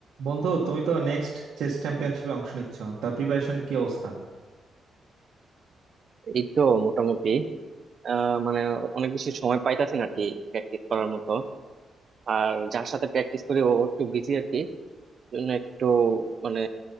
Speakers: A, on the right (about 70°); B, on the right (about 40°).
A: বন্ধু তুমি তো নেক্সট চেস চ্যাম্পিয়নশিপে অংশ নিচ্ছ তা প্রিপারেশন কি অবস্থা
B: এই তো মোটামুটি আহ মানে অনেক বেশি সময় পাইতাছি না আর কি প্র্যাকটিস করার মতো আর যার সাথে প্র্যাকটিস করি ও একটু বিজি আর কি জন্য একটু মানে